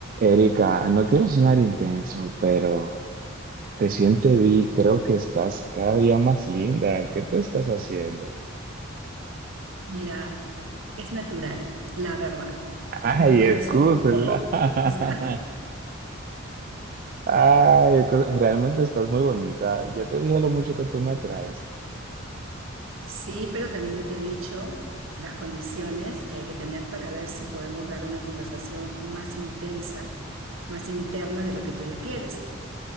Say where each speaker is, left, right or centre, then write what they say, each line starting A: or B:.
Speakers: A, on the right; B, on the right.
A: Erika, no quiero sonar intenso, pero recién te vi, creo que estás cada día más linda. ¿Qué tú estás haciendo?
B: Mira, es natural, la verdad.
A: Ay,
B: No quiero
A: excúsela.
B: ser un poco...
A: <laughs>
B: cosa.
A: Ay, excu- realmente estás muy bonita. Ya te dije lo mucho que tú me atraes.
B: Sí, pero también yo te he dicho las condiciones que hay que tener para ver si podemos dar una conversación más intensa, más interna de lo que tú ya quieres.